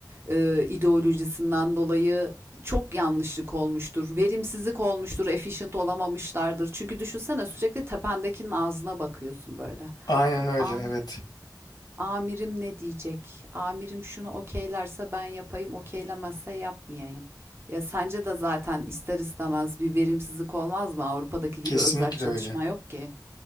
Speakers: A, on the right; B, on the left.
A: e, ideolojisinden dolayı çok yanlışlık olmuştur. Verimsizlik olmuştur. Efficient olamamışlardır. Çünkü düşünsene sürekli tependekinin ağzına bakıyorsun böyle.
B: Aynen öyle.
A: Ami-
B: Evet.
A: Amirim ne diyecek? Amirim şunu okeylerse ben yapayım, okeylemezse yapmayayım. Ya sence de zaten ister istemez bir verimsizlik olmaz mı? Avrupa'daki gibi
B: Kesinlikle
A: özerk çalışma
B: öyle.
A: yok ki.